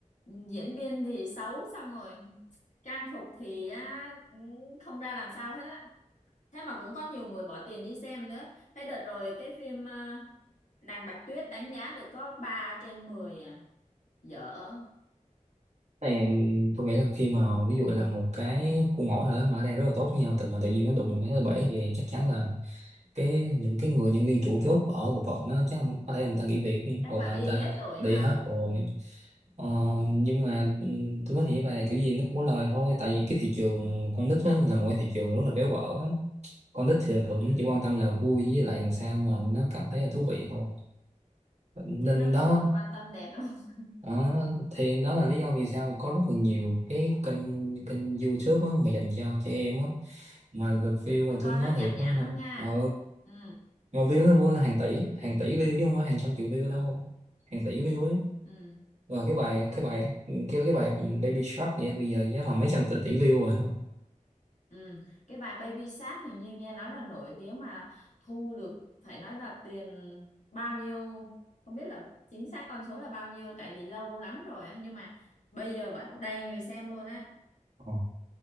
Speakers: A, on the left; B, on the right.
A: Diễn viên thì xấu Xong rồi trang phục thì á, ừ, không ra làm sao hết á thế mà cũng có nhiều người bỏ tiền đi xem nữa thế đợt rồi cái phim à, Nàng Bạch Tuyết đánh giá được có 3 trên 10 à dở
B: này tôi nghĩ là khi mà ví dụ là một cái khuôn mẫu nào đó mà đang rất là tốt với nhau tự mà tự nhiên nó đụng cái bể về chắc chắn là cái những cái người nhân viên chủ chốt ở bộ phận nó chắc có thể người ta nghỉ việc
A: chắc
B: hoặc
A: là
B: là
A: đi
B: người ta
A: hết rồi
B: đi
A: ha
B: hết rồi Ờ, nhưng mà ừm, tôi nói thiệt là kiểu gì nó cũng có lời thôi tại vì cái thị trường con nít á, là một cái thị trường rất là béo bở á. con nít thì thường
A: ừ.
B: chỉ quan tâm là vui với lại làm sao mà nó cảm thấy là thú vị thôi nên
A: chứ nó
B: đó
A: không còn quan tâm đẹp đâu <laughs>
B: đó thì đó là lý do vì sao mà có rất là nhiều cái kênh kênh YouTube á, mà dành cho trẻ em á mà lượt view
A: mà
B: mà tôi
A: coi
B: nói
A: nó nhảm
B: thiệt
A: nhảm
B: đó hả
A: lắm nha
B: ờ
A: ừ
B: mà view nó vô là hàng tỷ hàng tỷ view chứ không phải hàng trăm triệu view đâu hàng tỷ view ấy
A: ừ
B: Rồi cái bài
A: thật
B: cái bài cái cái bài Baby Shark vậy bây giờ giá là mấy trăm tỷ tỷ view rồi không?
A: ừ cái bài Baby Shark hình như nghe nói là nổi tiếng mà thu được phải nói là tiền bao nhiêu không biết là chính xác con số là bao nhiêu tại vì lâu lắm rồi á nhưng mà bây giờ vẫn đầy người xem luôn á
B: Ờ,